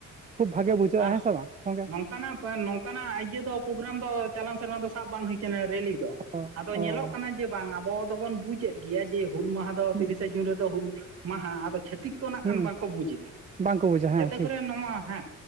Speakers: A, on the right; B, on the right.
A: ᱠᱷᱩᱵ ᱵᱷᱟᱜᱮ ᱵᱩᱡᱷᱟᱹᱜ-ᱟ
B: ᱟᱨ
A: ᱦᱮᱸ ᱥᱮ ᱵᱟᱝ? ᱥᱚᱸᱜᱮ
B: ᱱᱚᱝᱠᱟᱱᱟᱜ ᱯᱚ ᱱᱚᱝᱠᱟᱱᱟᱜ ᱤᱭᱟᱹ ᱫᱚ ᱯᱨᱳᱜᱨᱟᱢ ᱫᱚ ᱪᱟᱞᱟᱣᱮᱱ ᱥᱮᱨᱢᱟ ᱫᱚ ᱥᱟᱵ ᱵᱟᱝ ᱦᱩᱭ ᱠᱟᱱᱟ ᱨᱮᱞᱤ᱾ <unintelligible>
A: ᱚ
B: ᱟᱫᱚ ᱧᱮᱞᱚᱜ
A: ᱚ
B: ᱠᱟᱱᱟ ᱡᱮ ᱵᱟᱝ ᱟᱵᱚ ᱫᱚᱵᱚᱱ ᱵᱩᱡᱮᱫ ᱜᱮᱭᱟ ᱡᱮ ᱦᱩᱞ ᱢᱟᱦᱟ ᱫᱚ
A: ᱦᱩᱸ
B: ᱛᱤᱨᱤᱥᱮ ᱡᱩᱱ ᱨᱮᱫᱚ ᱦᱩᱞ ᱢᱟᱦᱟ ᱟᱫᱚ ᱪᱷᱟᱹᱛᱤᱠ ᱠᱚ ᱱᱟᱜ ᱠᱷᱟᱱ
A: ᱦᱩᱸ
B: ᱵᱟᱝᱠᱚ ᱵᱩᱡᱮᱫᱟ᱾
A: ᱵᱟᱝᱠᱚ ᱵᱩᱡᱟ᱾ ᱦᱮᱸ
B: ᱡᱟᱛᱮ
A: ᱴᱷᱤᱠ
B: ᱠᱚᱨᱮ ᱱᱚᱣᱟ ᱦᱮᱸ